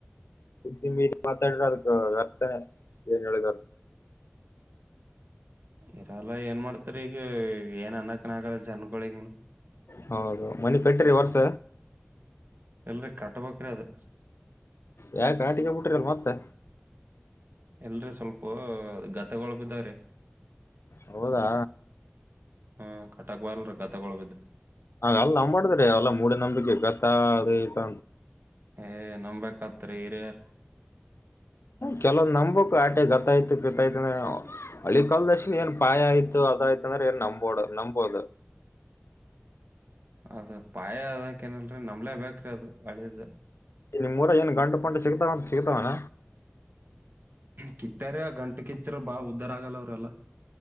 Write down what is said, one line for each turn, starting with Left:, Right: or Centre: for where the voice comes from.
Left: ಸುದ್ದಿ ಮೀ ಮಾತಾಡ ಅದಕ್ಕೆ ವ್ಯರ್ಥ ಏನುಳಗ
Right: ಇರಲ್ಲ ಏನ್ ಮಾಡ್ತಾರ ಈಗ ಏನ್ ಅನ್ನಕ್ಕನ್ ಆಗಲ್ಲ ಜನ್ಗಳಿಗ
Left: ಹೌದು ಮನೆಿ ಕಟ್ಟ್ರಿ ವರ್ಸ
Right: ಇಲ್ಲ ಕಟ್ಟ ಕಟ್ಬೆಕ್ರಿ ಅಧು
Left: ಯಾಕ ಆಟಿಕ ಬಿಟಿಲ್ ಮತ್ತೆ
Right: ಎಲ್ರಿ ಸ್ವಲ್ಪ ಗ ತಗೊಳ್ ಬಿದ್ದ್ರ
Left: ಹೌದಾ
Right: ಹಾ ಕಟ್ಟಕ್ ಬರಲ್ರಿ ಗತಗಳು ಬಿದ್ದ
Left: ಹಾಗ ಅಲ್ಲ ನ ಮಾಡ್ದ್ರ ಅಲ್ಲ ಮೂಡ ನಮ ಗತ್ತದ ತ
Right: ಏ ನಂಬಂಬಕತ್ರಿ ಇರ್ಯಾರ
Left: ಕೆಲವಂದ್ ನಂಬಕ್ು ಆಟೆ ಗತ್ತಾಯ್ತು ಗತ್ತಾಯ್ತ ಹಳಿ ಕಾಲದಶನ್ ಏನ್ ಪಾಯ ಆಯ್ತು ಅದಾಯಯ್ತ ಅಂದ್ರೆ ಏನ್ ನಬೋದು ನಂಬಂಬೋದು
Right: ಅದ ಪಾಯ ಅದಕ್ಕ ಏನಲ್ರರಿ ನಂಬಲೇ ಬೇಕ್ರಿ ಅದು ಹಳೆಯದು
Left: ನಿಮ್ ಮೂರ ಏನ್ ಗಂಟು ಪಂಟೆ ಸಿಗ್ತಾವ ಅಂತ ಸಿಗ್ತಾವನ
Right: ಕಿತ್ತಾರ ಗಂಟು ಕಿತ್ತ್ ಬಾ ಉದ್ದಾರ ಆಗಲ್ಲ ಅವ್ರೆಲ್ಲಾ